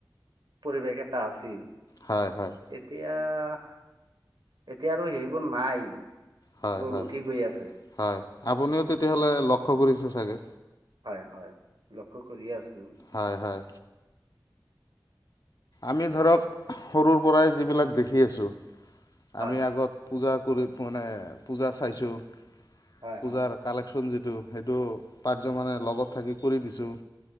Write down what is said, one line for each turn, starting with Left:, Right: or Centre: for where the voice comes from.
Right: পৰিৱেশ এটা আছিল।
Left: হয়- হয়।
Right: এতিয়া- এতিয়া আৰু সেইবোৰ নাই।
Left: হয়-
Right: এইবোৰ
Left: হয়-
Right: উঠি গৈ আছে
Left: হয়, আপুনিও তেতিয়াহ'লে লক্ষ্য কৰিছে চাগে?
Right: হয়- হয়, লক্ষ্য কৰি আছোঁ।
Left: হয়- হয়। আমি ধৰক সৰুৰ পৰাই যিবিলাক দেখি আছোঁ,
Right: হয়
Left: আমি আগত পূজা কৰি মানে পূজা চাইছোঁ,
Right: হয়
Left: পূজাৰ
Right: হয়
Left: কালেকশ্যন যিটো, সেইটো পাৰ্য মানে লগত থাকি কৰি দিছোঁ।